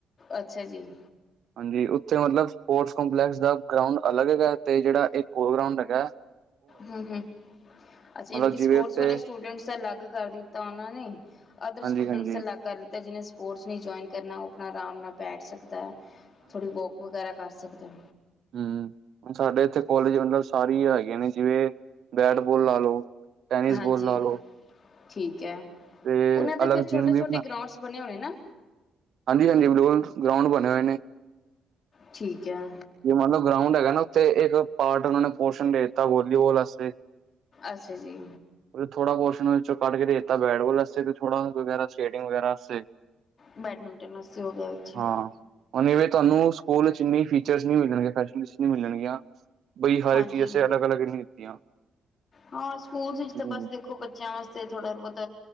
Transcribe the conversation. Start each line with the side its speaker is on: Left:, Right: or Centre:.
Left: ਅੱਛਾ ਜੀ।
Right: ਹਾਂਜੀ ਉੱਥੇ ਮਲਬ ਸਪੋਰਟਸ ਕੰਪਲੈਕਸ ਦਾ ਗਰਾਊਂਡ ਅਲੱਗ ਹੈਗਾ ਤੇ ਜੇੜਾ ਇਕ ਔਰ ਗਰਾਂਉਡ ਐ ਕੈ
Left: ਹੂੰ-ਹੂੰ ਅੱਛਾ ਇਨ
Right: ਮਤਲਬ
Left: ਕਿ
Right: ਜਿਵੇਂ
Left: ਸਪੋਰਟਸ
Right: ਉੱਥੇ
Left: ਵਾਲੇ ਸਟੂਡੈਂਟਸ ਦਾ ਅਲੱਗ ਕਰ ਦਿੱਤਾ ਉਨਾਂ ਨੇ। ਅਦਰ
Right: ਹਾਂਜੀ
Left: ਸਟੂਡੈਂਟਸ
Right: ਹਾਂਜੀ
Left: ਅ ਲੱਗ ਕਰ ਲਿੱਤਾ ਜਿਨੇ ਸਪੋਰਟਸ ਨਈ ਜੋਆਇਨ ਕਰਨਾ ਓ ਆਪਣਾ ਆਰਾਮ ਨਾਲ ਬੈਠ ਸਕਦਾ ਐ। ਥੋੜੀ ਵੌਕ ਵਗੈਰਾ ਕਰ ਸਕਦੇ ਓ
Right: ਹੂੰ, ਹੂ ਸਾਡੇ ਇੱਥੇ ਕੋਲਜ ਮਤਲਬ ਸਾਰੀ ਹਗੀਆ ਨੇ ਜਿਵੇਂ ਬੈਟ ਬੋਲ ਲਾ ਲਓ। ਟੈਨਿਸ
Left: ਹਾਂਜੀ,
Right: ਬੋਲ ਲਾ ਲਓ
Left: ਠੀਕ ਐ,
Right: ਤੇ
Left: ਉਹਨਾਂ ਦਾ
Right: ਅਲੱਗ
Left: ਫਿਰ ਛੋਟੇ-ਛੋਟੇ
Right: ਜਿੰਮ ਵੀ
Left: ਗਰਾਂਉਡ ਸ ਬਣੇ ਹੋਣੇ ਨਾ?
Right: ਹਾਂਜੀ-ਹਾਂਜੀ ਬਿਲੋਡਸ ਗਰਾਉਂਡ ਬਣੇ ਹੋਏ ਨੇ।
Left: ਠੀਕ ਏਆ।
Right: ਜੇ ਮੰਨ ਲਓ ਗਰਾਉਂਡ ਹੈਗਾ ਨਾ ਉੱਥੇ ਇੱਕ ਪਾਟ ਉਨਾ ਨੇ ਪੋਰਸ਼ਨ ਦੇ ਤਾ ਵਾਲੀਬਾਲ ਵਾਸਤੇ।
Left: ਅੱਛਾ ਜੀ।
Right: ਉ ਥੋੜ੍ਹਾ ਪੋਰਸ਼ਨ ਵਿੱਚੋਂ ਕੱਢ ਕੇ ਦੇ ਤਾ ਬੈਟਬਾਲ ਵਾਸਤੇ ਥੋੜਾ ਵਗੈਰਾ ਸਕੇਟਿੰਗ ਵਗੈਰਾ ਵਾਸੇ,
Left: ਬੈਡਮਿੰਟਨ ਵਾਸਤੇ ਹੋ ਗਿਆ ਅੱਛਾ
Right: ਹਾਂ। ਹੁਣਵੇ ਧੁਆਨੂੰ ਸਕੂਲ ਚ ਈਨੀ ਫੀਚਰਸ ਨ ਮਿਲਣਗੇ ਫੈਸਿਲਿਟੀਜ਼ ਨ ਮਿਲਣਗੀਆਂ। ਬਈ ਹਰ
Left: ਹਾਂਜੀ,
Right: ਇੱਕ ਚੀਜ਼ ਅਸੇ ਅਲੱਗ-ਅਲੱਗ ਨਹੀਂ ਦਿੱਤੀਆਂ।
Left: ਹਾਂ ਸਕੂਲ
Right: ਹਾਂਜੀ
Left: ਚ ਤਾਂ ਬਸ
Right: ਹਾਂਜੀ ਹੂੰ।
Left: ਦੇਖੋ ਬ ਚਿਆਂ ਵਾਸਤੇ ਥੋੜਾ ਬੋਤ